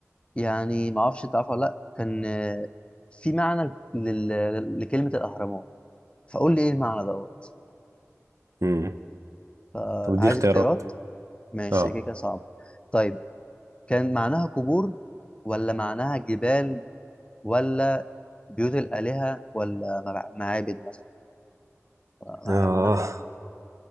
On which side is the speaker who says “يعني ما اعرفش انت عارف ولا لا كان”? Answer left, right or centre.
Left